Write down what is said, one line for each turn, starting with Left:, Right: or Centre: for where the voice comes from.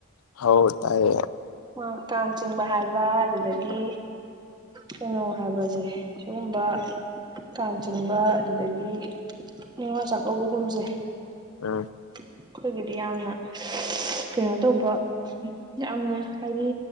Left: ꯍ ꯇꯌꯦ
Right: ꯑ ꯀꯥꯡ ꯆꯤꯡꯕ ꯍꯥꯏꯕ ꯑꯗꯨꯗꯒꯤ ꯀꯩꯅꯣ ꯍꯥꯏꯕꯁꯦ ꯁꯤꯒꯨꯝꯕ ꯀꯥꯡ ꯆꯤꯡꯕ ꯑꯗꯨꯗꯒꯤ ꯅꯤꯡꯅꯤꯉꯣꯜ ꯆꯥꯛꯀꯧꯕꯒꯨꯝꯁꯦ
Left: ꯎꯝ
Right: ꯑꯩꯈꯣꯏꯒꯤꯗꯤ ꯌꯥꯝꯅ ꯀꯩꯅꯣ ꯇꯧꯕ ꯌꯥꯝꯅ ꯍꯥꯏꯗꯤ